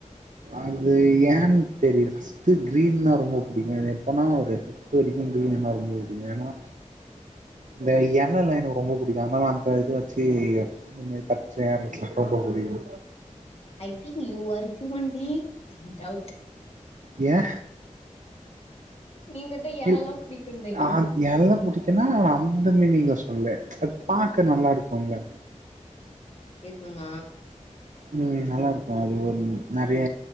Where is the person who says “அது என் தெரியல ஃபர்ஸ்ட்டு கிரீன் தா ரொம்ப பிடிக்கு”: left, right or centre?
Right